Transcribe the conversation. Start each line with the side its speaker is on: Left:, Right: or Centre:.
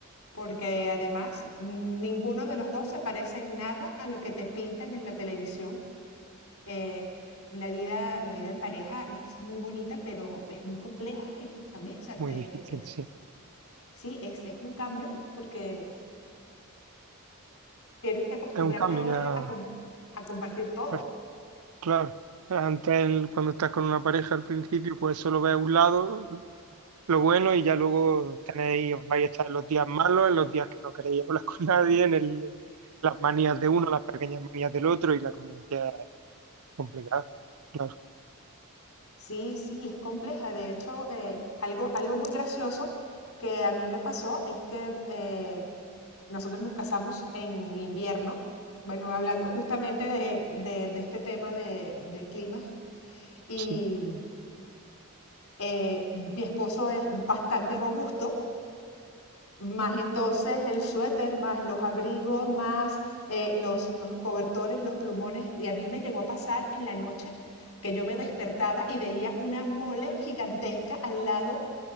Left: porque además ninguno de los dos se parece en nada a lo que te pintan en la televisión. Eh, la vida, la vida en pareja es muy bonita, pero es muy compleja y ju- también, o sea,
Right: muy
Left: te,
Right: difícil,
Left: es,
Right: sí.
Left: sí, es, es un cambio porque tienes que acostumbrarte
Right: Es un cambio
Left: ahora
Right: ya
Left: a, com- a compartir todo.
Right: Pues, Claro, antes el- cuando estás con una pareja al principio, pues solo ves un lado, lo bueno, y ya luego tenéis, os vais a estar en los días malos, en los días que no queréis hablar con nadie, en el- las manías de uno, las pequeñas manías del otro, y la convivencia es complicada. Claro,
Left: Sí, sí, es compleja. De hecho, eh, algo, algo muy gracioso que a mí me pasó es que eh, nosotros nos casamos en invierno, bueno, hablando justamente de, de- de este tema de, de clima y
Right: sí,
Left: eh, mi esposo es bastante robusto más entonces el suéter, más los abrigos, más eh, los, los cobertores, los plumones. Y a mí me llegó a pasar en la noche que yo me despertaba y veía una mole gigantesca al lado,